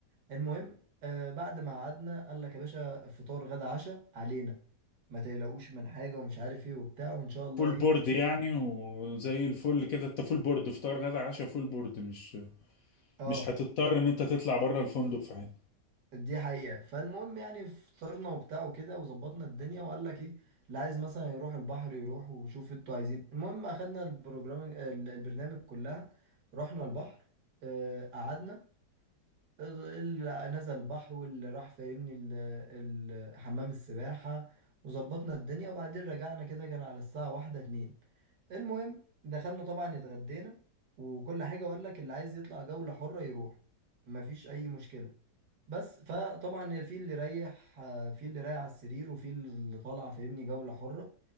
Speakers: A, on the right; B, on the left.
A: المهم آه بعد ما قعدنا قال لك يا باشا فطار غدا عشاء علينا ما تقلقوش من حاجه ومش عارف ايه وبتاع وان شاء الله
B: فول
A: ايه
B: بورد يعني وزي الفل كده انت فول بورد فطار غدا عشاء فول بورد مش
A: اه
B: مش هتضطر ان انت تطلع بره الفندق في حاجة
A: دي حقيقه فالمهم يعني فطرنا وبتاع وكده وظبطنا الدنيا وقال لك ايه اللي عايز مثلا يروح البحر يروح وشوف انتوا عايزين المهم اخدنا البروجرام البرنامج كلها رحنا البحر آه قعدنا اللي نزل البحر واللي راح فاهمني ال- ال- حمام السباحة وظبطنا الدنيا وبعدين رجعنا كده كان على الساعة واحدة اتنين المهم دخلنا طبعا اتغدينا وكل حاجة وقال لك اللي عايز يطلع جولة حرة يروح مفيش أي مشكلة بس فطبعا في اللي رايح آه، في اللي رايح على السرير وفي اللي طالع فاهمني جولة حرة